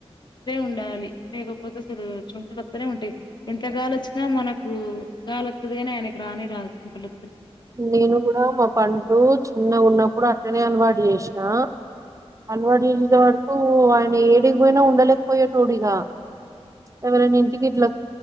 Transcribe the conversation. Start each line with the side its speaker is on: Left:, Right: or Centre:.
Left: ఉండాలి లేకపోతే అసలు చెమటలు వత్తిని ఉంటాయి ఎంత వచ్చిన మన వత్తిది అని ఆయనకు రాని రాదు చెమటలు
Right: నేను కూడా మా పండు చిన్నగా ఉన్నప్పుడు అట్టనే అలవాటు చేసినా అలవాటు చేసిన వరకు ఆయన ఏడిగిపోయినా ఉండలేకపోయటోడిగా ఎవరైనా ఇంటికి ఇట్ల